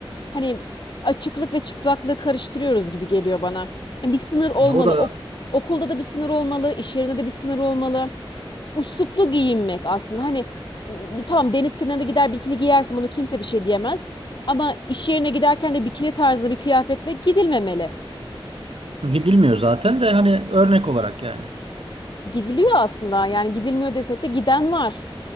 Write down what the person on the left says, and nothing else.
hani açıklık ve çıplaklığı karıştırıyoruz gibi geliyor bana. Yani bir sınır olmalı.
Ok- okulda da bir sınır olmalı, iş yerinde de bir sınır olmalı. Üsluplu giyinmek aslında. Hani m, tamam deniz kenarında gider bikini giyersin bunu kimse bir şey diyemez. Ama iş yerine giderken de bikini tarzında bir kıyafetle gidilmemeli.
Gidiliyor aslında yani gidilmiyor desek de giden var.